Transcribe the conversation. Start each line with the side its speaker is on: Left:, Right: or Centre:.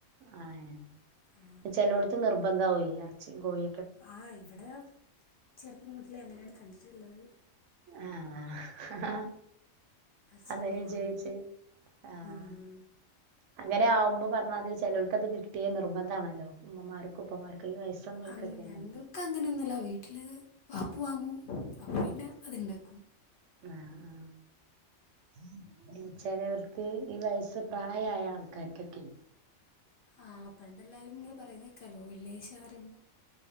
Right: ആഹ് നെ
Left: ആ
Right: ചെലോടത്ത് നിർബന്ധാ വോ എറ്ച്ചി ങ്കോഴി
Left: ആഹ് ഇവിടെ ചെറുപ്പ മു ലെ അങ്ങനാണ് കണ്ടിട്ട്ള്ളത്
Right: ആഹ് ഹഹ്
Left: ഇറച്ചി
Right: അത
Left: എപ്പളും
Right: ഞാ
Left: വാങ്ങും
Right: ചോയ്ച്ചെ ആഹ്
Left: ഉം
Right: അങ്ങനെ ആവുമ്പോ പറഞ്ഞാതിരി ചേലോൽക്കത് കിട്ടിയെ നിർബന്ധാണല്ലോ ഉമ്മമാർക്കും ഉപ്പമാർക്കും ഈ വയസ്സന്നോൽക്കൊക്കെയാണത്
Left: അങ്ങ്ഞങ്ങൾക്കങ്ങനെയൊന്നുല്ല വീട്ടില് വാപ്പു വാങ്ങും അപപ്പിന്ന അത്ണ്ടാക്കും
Right: ആഹ് ആഹ് ചെലവർക്ക് ഈ വയസ് പ്രായായ ആൾക്കാർക്കെക്കെ
Left: ആഹ് പണ്ടെല്ലാരും ഇങ്ങ് പറയുന്നെ ക്കലോല്ല്യശാറും